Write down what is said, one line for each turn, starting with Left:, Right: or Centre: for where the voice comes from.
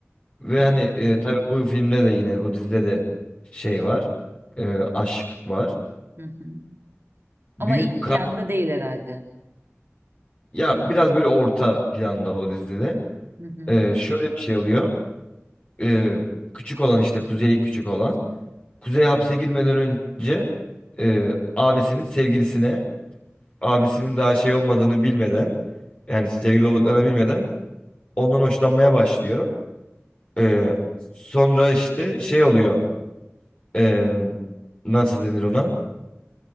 Left: Ve
Right: Hı
Left: hani
Right: hı.
Left: e, tabii bu filmde de yine bu dizide de şey var. E, aşk var.
Right: Hı hı. Ama
Left: Büyük
Right: ilk
Left: kar
Right: planda değil herhalde.
Left: ya biraz böyle orta planda o dizide.
Right: Hı hı.
Left: E, şöyle bir şey oluyor. E, küçük olan işte Kuzey küçük olan. Kuzey hapse girmeden önce e, abisinin sevgilisine abisinin daha şey olmadığını bilmeden yani sevgili olduklarını bilmeden ondan hoşlanmaya başlıyor. Ee, sonra işte şey oluyor ee, nasıl denir ona?